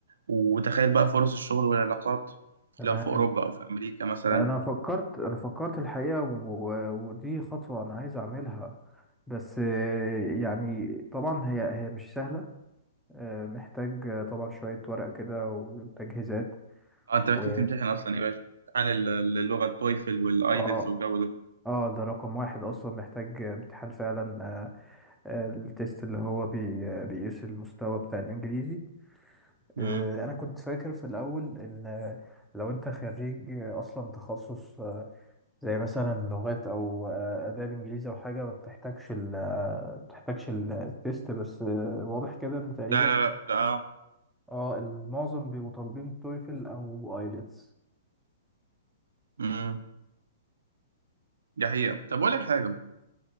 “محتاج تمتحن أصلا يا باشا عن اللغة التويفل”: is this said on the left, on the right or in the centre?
Right